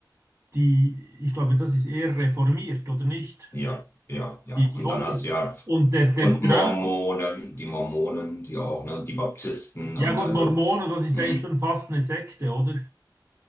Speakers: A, on the right; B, on the left.
A: die, ich glaube, das ist eher reformiert, oder nicht?
B: Ja, ja, ja.
A: Die, die
B: Und
A: Offi-
B: dann hast du ja,
A: und der, der
B: und
A: Trump,
B: Mormonen, die Mormonen, die auch, ne, und die Baptisten
A: ja
B: und
A: gut,
B: also,
A: Mormonen, das ist
B: mh,
A: eigentlich schon fast eine Sekte, oder?